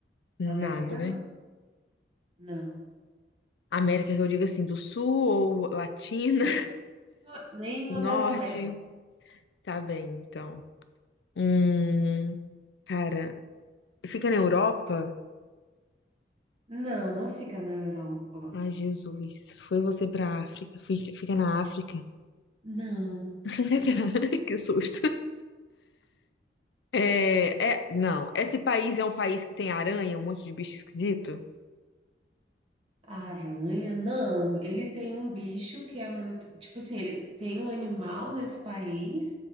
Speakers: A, on the left; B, on the right.
A: nada,
B: na América
A: né?
B: não, não,
A: América que eu digo assim, do sul ou latina,
B: não. Nenhuma nenhuma
A: <laughs> norte,
B: das Américas.
A: tá bem, então. Hum, cara, fica na Europa?
B: Não, não fica na Europa.
A: Ai, Jesus, foi você pra África, fica, fica na África.
B: Não,
A: <laughs>
B: não
A: Que susto. É, é, não, esse país é um país que tem aranha, um monte de bicho esquisito?
B: A aranha? Não, ele tem um bicho que é muito. Tipo assim, ele tem um animal nesse país,